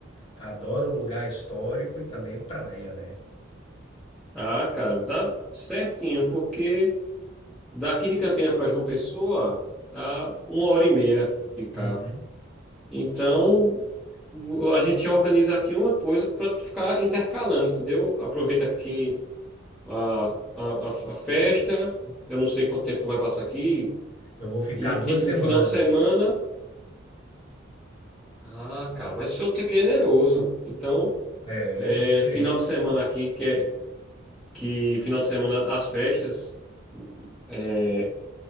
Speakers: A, on the left; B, in the centre.
A: adoro lugar histórico e também praia, né?
B: Ah, cara, dá certinho, porque daqui de Campina pra João Pessoa dá uma hora e meia de carro.
A: Uhum.
B: Então, vo- a gente já organiza aqui uma coisa para tu ficar intercalando, entendeu? Aproveita aqui a, a, a a festa, eu não sei quanto tempo tu vai passar aqui,
A: Eu vou ficar
B: e
A: duas
B: tipo,
A: semanas.
B: um final de semana. Ah, cara, vai ser um tempo generoso. Então,
A: É,
B: é,
A: tem que ser.
B: final de semana aqui, que, é, que final de semana as festas. é,